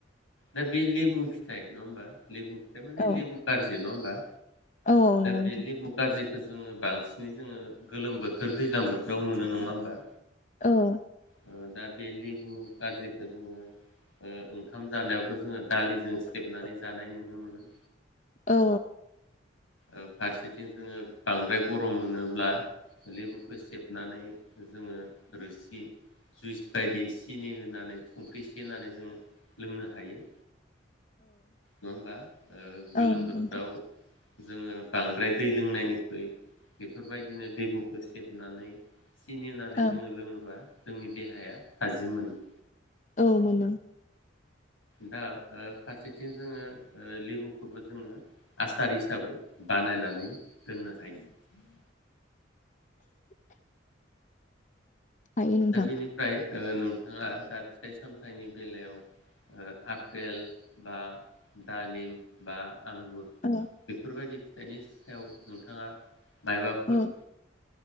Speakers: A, on the left; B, on the left.
A: दा बे लेबु फिथाइ नङा होमबा। लेबु फिथाइ माने
B: औ
A: लेबु कारजि न बा
B: औ नंगौ
A: दा बे
B: नोंथां
A: लेबु कारजि खो जोङो बांसिनै जोङो गोलोम बोथोर दैज्लां बोथोराव मोनो नङा होमबा?
B: औ
A: ओ दा बे लेबु कारजिखौ जोङो ओ ओंखाम जानायावबो जोङो दालिजों सेबनानै
B: उम
A: जानाय नुनो मोनो।
B: औ
A: ओ फारसेथिं जोङो बांद्राय गरम मोनोब्ला लेबुखौ सेबनानै जोङो रोसि जुइस बायदि सिनि होनानै संख्रि एसे होनानै जोङो लोंनो हायो नङा होमबा गोलोम
B: औ नंगौ
A: बोथोराव
B: नोंथां
A: जोङो बांद्राय दै लोंनायनिख्रुय बेफोरबायदिनो दैबुखौ सेबनानै सिनि होननानै
B: औ
A: जोङो लोङोबा जोंनि देहाया थाजिम मोनो
B: औ मोनो
A: दा फारसेथिं जोङो ओ लेबुखौबो जोङो आसार हिसाबै बानायनानै दोननो हायो
B: हायो नोंथां
A: दा बेनिफ्राय नों आंहा दा फिथाइ सामथाइनि बेलायाव आपेल बा दालिम बा आंगुर
B: औ
A: बेफोरबायदि बेनि सायाव नोंथाङा माबाफोर
B: औ